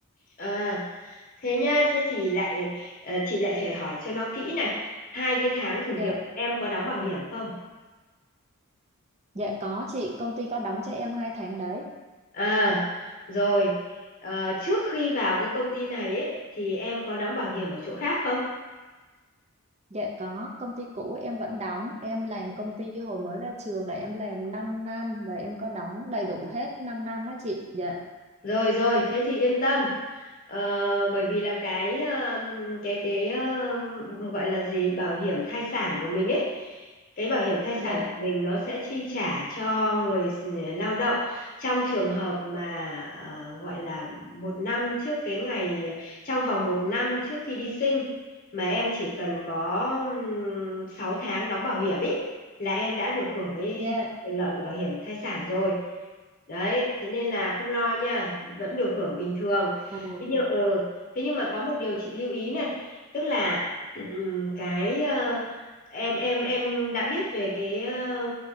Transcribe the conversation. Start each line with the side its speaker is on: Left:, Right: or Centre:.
Left: à thế nha thế thì lại ờ, chị lại phải hỏi cho nó kỹ này hai cái tháng thử
Right: Dạ,
Left: việc em có đóng bảo hiểm không
Right: dạ có chị, công ty có đóng cho em hai tháng đấy.
Left: À, rồi ờ, trước khi vào cái công ty này ấy, thì em có đóng bảo hiểm ở chỗ khác không?
Right: Dạ có, công ty cũ em vẫn đóng, em làm công ty hồi mới ra trường là em làm 5 năm và em có đóng đầy đủ hết 5 năm á chị. Dạ,
Left: Rồi rồi, thế thì yên tâm. Ờ, bởi vì là cái um, cái cái um, gọi là gì bảo hiểm thai sản của mình ấy, cái bảo hiểm thai sản
Right: dạ,
Left: của mình nó sẽ chi trả cho người s- lao động trong trường hợp mà ờ, gọi là một năm trước cái ngày trong vòng một năm trước khi đi sinh mà em chỉ cần có um, 6 tháng đóng bảo hiểm ấy là em đã được hưởng cái
Right: dạ,
Left: quyền lợi của bảo hiểm thai sản rồi đấy thế nên là không lo nha vẫn được hưởng bình thường
Right: ồ,
Left: thế nhưng ờ thế nhưng mà có một điều chị lưu ý này tức là <clears throat> cái ờ, em em em đã biết về cái ờ,